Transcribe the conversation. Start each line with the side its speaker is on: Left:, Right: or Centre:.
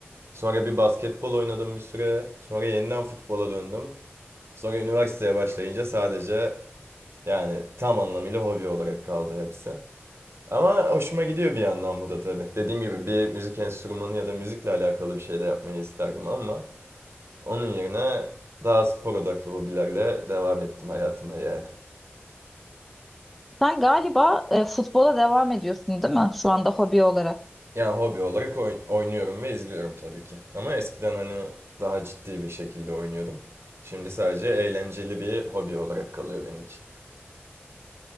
Right: Sonra bir basketbol oynadım bir süre. Sonra yeniden futbola döndüm. Sonra üniversiteye başlayınca sadece yani tam anlamıyla hobi olarak kaldı hepsi. Ama hoşuma gidiyor bir yandan bu da tabii. Dediğim gibi bir müzik enstrümanı ya da müzikle alakalı bir şey de yapmayı isterdim ama onun yerine daha spor odaklı hobilerle devam ettim hayatıma yani.
Centre: Sen galiba e, futbola devam ediyorsun değil mi şu anda hobi olarak?
Right: Yani hobi olarak oy- oynuyorum ve izliyorum tabii ki. Ama eskiden hani daha ciddi bir şekilde oynuyordum. Şimdi sadece eğlenceli bir hobi olarak kalıyor benim için.